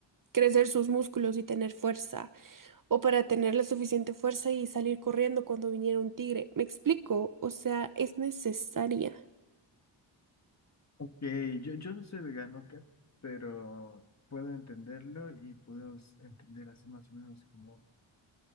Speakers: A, on the right; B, on the left.
A: crecer sus músculos y tener fuerza, o para tener la suficiente fuerza y salir corriendo cuando viniera un tigre. ¿Me explico? O sea, es necesaria,
B: Ok, yo, yo no soy vegano acá, pero puedo entenderlo y puedo s- entender así más o menos como